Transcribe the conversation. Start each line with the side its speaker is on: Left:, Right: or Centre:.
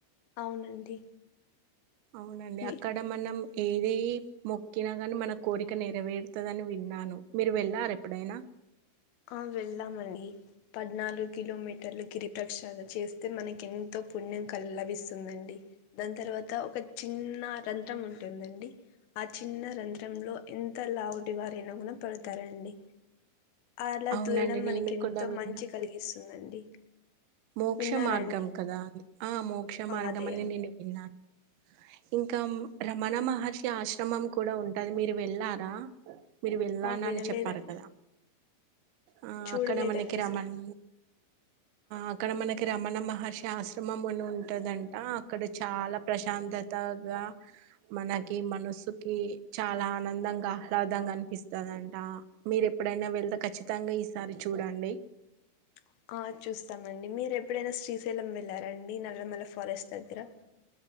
Left: అవునండి
Right: అవునండి
Left: మీ
Right: అక్కడ మనం ఏది మొక్కిన గానీ మన కోరిక నెరవేరుతదని విన్నాను మీరు వెళ్ళారెప్పుడైనా
Left: ఆ వెళ్దామండి పద్నాలుగు కిలోమీటర్లు గిరి ప్రక్షాదన చేస్తే మనకి ఎంతో పుణ్యం క లభిస్తుందండి దాని తర్వాత ఒక చిన్న రంధ్రం ఉంటుందండి ఆ చిన్న రంధ్రంలో ఎంత లావుటి వారినగుణ పడుతారండి అలా
Right: అవునండి
Left: దూరడం మనకెంతో
Right: నేను కూడా విన్నా.
Left: మంచి కలిగిస్తుందండి
Right: మోక్ష
Left: విన్నారా
Right: మార్గం
Left: అండి
Right: కదా ఆ మోక్ష మార్గం
Left: అదే
Right: అని
Left: అండి
Right: నేను విన్నాను
Left: <inaudible>
Right: ఇంకా రమణ మహర్షి ఆశ్రమం కూడా ఉంటది మీరు వెళ్ళారా మీరు వెళ్ళానని
Left: ఆ వినలేదండి
Right: చెప్పారు కదా ఆ
Left: చూడలేదండి
Right: అక్కడ మనకిి రమన్
Left: అసలు
Right: అక్కడ మనకి రమణ మహర్షి ఆశ్రమం అని ఉంటుందంట అక్కడ చాలా ప్రశాంతత గ మనకి మనసుకి చాలా ఆనందంగా ఆహ్లాదంగా అనిపిస్తదం ట మీరు ఎప్పుడైనా వెళ్తే ఖచ్చితంగా ఈసారి చూడండి
Left: <inaudible> ఆ చూస్తామండి మీరు ఎప్పుడైనా శ్రీశైలం వెళ్ళారండి నల్లమల్ల ఫారెస్ట్ దగ్గర <inaudible>